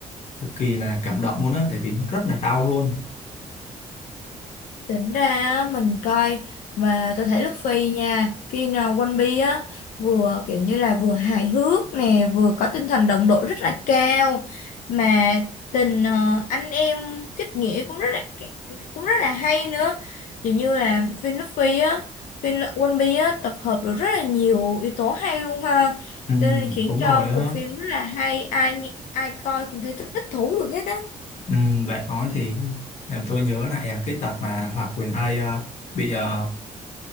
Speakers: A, on the left (about 55°); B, on the left (about 85°).
A: cực kỳ là cảm động luôn á tại vì nó rất là đau luôn
B: Tính ra á, mình coi mà tôi thấy Luffy nha phim uh, One Piece á vừa kiểu như là vừa hài hước nè vừa có tinh thần đồng đội rất là cao mà tình ờ, anh em kết nghĩa cũng rất là cũng rất là hay nữa chỉ như là phim Luffy á phim One Piece á tập hợp được rất là nhiều yếu tố hay luôn ha
A: ừ,
B: cho nên khiến
A: đúng
B: cho
A: rồi á
B: bộ phim rất là hay ai ai coi cũng thấy thích thú được hết á
A: ừ, bạn nói thì làm tôi nhớ lại à, cái tập mà Hòa Quyền Ây à, bị à,